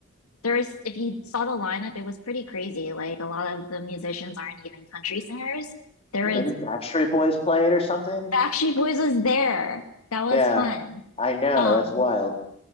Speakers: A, on the left; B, on the left.
A: there's if you saw the lineup, it was pretty crazy. Like a lot of the musicians aren't even country singers. There
B: You
A: is
B: know, did Backstreet Boys play it or something?
A: Backstreet Boys was there. That was
B: Yeah,
A: fun.
B: I know.
A: Um,
B: That's wild.